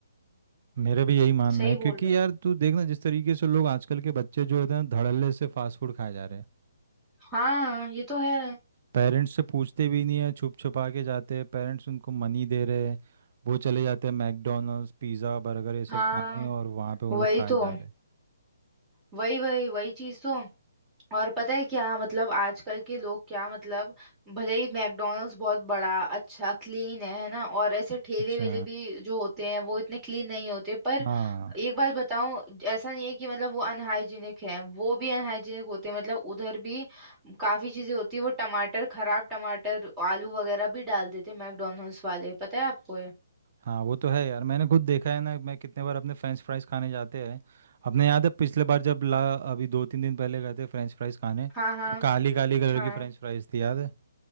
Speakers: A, on the right; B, on the right.
A: मेरा भी यही मानना
B: सही
A: है क्योंकि
B: बोल रहे हो
A: यार तू देखना जिस तरीके से लोग आजकल के बच्चे जो होते हैं ना धड़ल्ले से फास्ट फूड खाए जा रहे हैं
B: हाँ ये तो है
A: पेरेंट्स से पूछते भी नहीं है छुप छुपा के जाते हैं पेरेंट्स उनको मनी दे रहे हैं वो चले जाते हैं मैकडोनल्ड्स पिज़्ज़ा बर्गर ये सब
B: हाँ
A: खाने और वहाँ पे वो
B: वही
A: लोग खाए
B: तो
A: जा रहे हैं
B: वही वही वही चीज तो और पता है क्या मतलब आजकल के लोग क्या मतलब भले ही मैकडॉनल्ड्स बहुत बड़ा अच्छा क्लीन है है ना और ऐसे ठेले
A: अच्छा
B: वेले भी जो होते हैं वो इतने क्लीन नहीं होते पर
A: हाँ
B: एक बात बताऊं ऐसा नहीं है कि मतलब वो अनहाइजीनिक है वो भी अनहाइजीनिक होते हैं मतलब उधर भी काफी चीजें होती है वो टमाटर खराब टमाटर आलू वगैरह भी डाल देते हैं मैकडॉनल्ड्स वाले पता है आपको ये
A: हाँ वो तो है यार मैंने खुद देखा है ना मैं कितने बार अपने फ्रेंच फ्राइज खाने जाते हैं अपने याद है पिछले बार जब ला अभी दो तीन दिन पहले गए थे फ्रेंच फ्राइज खाने
B: हाँ हाँ
A: तो काली काली कलर
B: हाँ
A: की फ्रेंच फ्राइज थी याद है